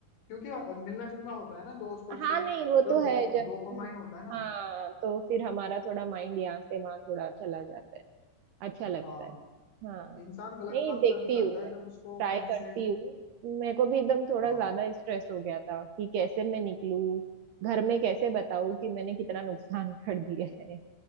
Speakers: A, on the left; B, on the right.
A: क्योंकि मिलना जुलना होता है ना दोस्तों से
B: हाँ नहीं
A: जो
B: वो तो
A: डो,
B: है जब
A: डोपामाइन होता है ना
B: हाँ तो फिर हमारा थोड़ा माइंड यहाँ से वहाँ थोड़ा चला जाता है अच्छा
A: हाँ
B: लगता है हाँ
A: इंसान गलत
B: नहीं
A: काम
B: देखती
A: तभी करता
B: हूँ
A: है
B: मैं
A: जब उसको
B: ट्राई
A: कहीं
B: करती
A: से
B: हूँ मेरे को भी एकदम थोड़ा
A: हाँ
B: ज्यादा स्ट्रेस हो गया था कि कैसे मैं निकलूँ घर में कैसे बताऊँ कि मैंने कितना नुकसान कर दिया है